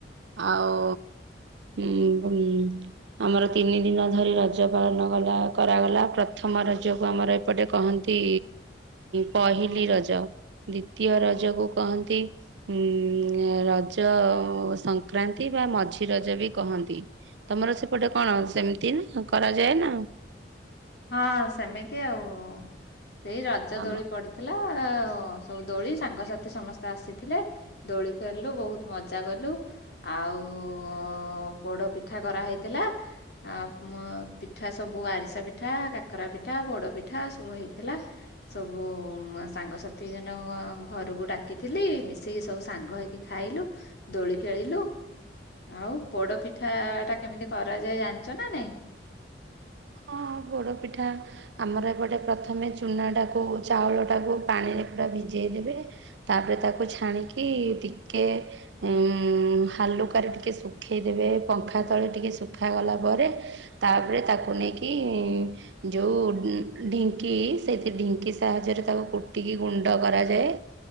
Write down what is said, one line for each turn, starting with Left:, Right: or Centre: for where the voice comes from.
Right: ଆଉ ଉ ଭୁ ଆମର ତିନି ଦିନ ଧରି ର ରଜ ପାଳନ ଗଲା କରାଗଲା ପ୍ରଥମ ରଜକୁ ଆମର ଏପଟେ କହନ୍ତି ପହିଲି ରଜ। ଦ୍ଵିତୀୟ ରଜକୁ କହନ୍ତି ଉଁ ରଜ ସଂକ୍ରା ନ୍ତି ବା ମଝି ରଜ ବି କହନ୍ତି। ତମର ସେପଟେ କଣ ସେମିତି ନା କରାଯାଏ ନା?
Left: ହଁ ସେମିତି ଆଉ। ସେଇ ରଜ
Right: ଆମ
Left: ଦୋଳି ପଡି ଥିଲା ସବୁ ଦୋଳି ସାଙ୍ଗସାଥି ସମସ୍ତେ ଆସିଥିଲେ। ଦୋଳି ଖେଳିଲୁ ବହୁତ ମଜା କଲୁ। ଆଉ ପୋଡ ପିଠା କରାହେଇଥିଲା। ଆ ମ ପିଠା ସବୁ ଆରିସା ପି ଠା, କାକରା ପିଠା, ପୋଡ ପିଠା ସବୁ ହେଇଥିଲା। ସବୁ ସାଙ୍ଗସାଥି ଜଣ ଘରକୁ ଡାକିଥିଲି ମିଶିକି ସବୁ ସାଙ୍ଗ ହେଇକି ଖାଇଲୁ ଦୋଳି ଖେଳିଲୁ। ଆଉ ପୋଡ ପିଠା ଟା କେମିତି କରାଯାଏ ଜାଣିଛ ନା ନାଇଁ?
Right: ହଁ। ପୋଡ଼ ପିଠା ଆମର ଏପଟେ ପ୍ରଥମେ ଚୁନାଟାକୁ ଚାଉଳଟାକୁ ପାଣିରେ ପୁରା ଭିଜେଇ ଦେବେ। ତାପରେ ତାକୁ ଛାଣିକି ଟିକେ। ଉଁ ହାଲୁକାରେ ଟିକେ ଶୁଖେଇଦେବେ। ପଙ୍ଖା ତଳେ ଟିକେ ଶୁଖାଗଲା ପରେ ତାପରେ ତାକୁ ନେଇକି ଯୋଉ ଢିଙ୍କି ସେଇ ଢିଙ୍କି ସାହାଯ୍ୟରେ ତାକୁ କୁଟିକି ଗୁଣ୍ଡ କରାଯାଏ।